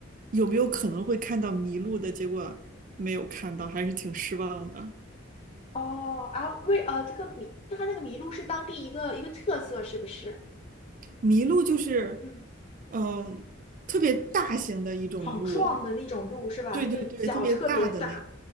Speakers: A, on the right (about 40°); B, on the left (about 30°).
A: 有没有可能会看到迷路的，结果没有看到，还是挺失望的。
B: 哦啊，为呃，这个麋，那它那个麋鹿是当地一个一个特色，是不是？
A: 麋鹿就是，
B: 嗯，
A: 嗯，特别大型的一种鹿，
B: 好壮的那种鹿是吧？
A: 对对对，
B: 那个脚特别大。
A: 特别大的那，